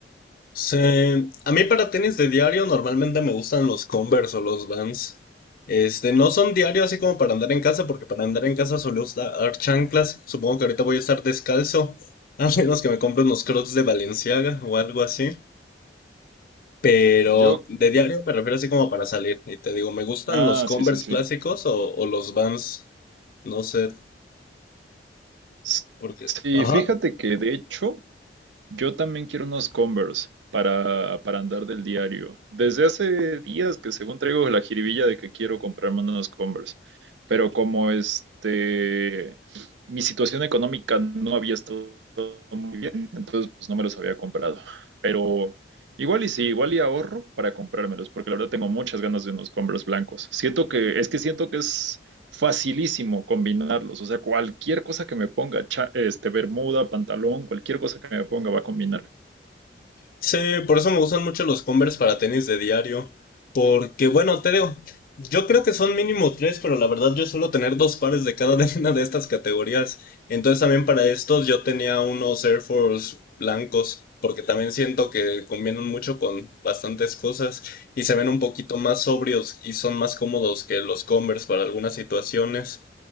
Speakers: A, on the left (about 50°); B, on the right (about 85°).
A: Se- a mí para tenis de diario normalmente me gustan los Converse o los Vans. Este, no son diarios así como para andar en casa, porque para andar en casa suelo usar chanclas. Supongo que ahorita voy a estar descalzo, <laughs> a menos que me compre unos Crocs de Balenciaga o algo así. Pero
B: Yo,
A: de diario me refiero así como para salir. Y te digo, me gustan
B: ah,
A: los Converse
B: sí, sí, sí.
A: clásicos o, o los Vans. No sé
B: S-
A: por qué.
B: Sí,
A: Ajá.
B: fíjate que de hecho Yo también quiero unos Converse para, para andar del diario. Desde hace días que según traigo la jiribilla de que quiero comprarme unos Converse, pero como este, mi situación económica no había estado muy bien, entonces pues no me los había comprado. Pero igual y sí, igual y ahorro para comprármelos, porque la verdad tengo muchas ganas de unos Converse blancos. Siento que, es que siento que es facilísimo combinarlos. O sea, cualquier cosa que me ponga, cha- este, bermuda, pantalón, cualquier cosa que me ponga va a combinar.
A: Sí, por eso me gustan mucho los Converse para tenis de diario. Porque, bueno, te digo, yo creo que son mínimo tres, pero la verdad yo suelo tener dos pares de cada <laughs> de una de estas categorías. Entonces también para estos yo tenía unos Air Force blancos, porque también siento que combinan mucho con bastantes cosas y se ven un poquito más sobrios y son más cómodos que los Converse para algunas situaciones.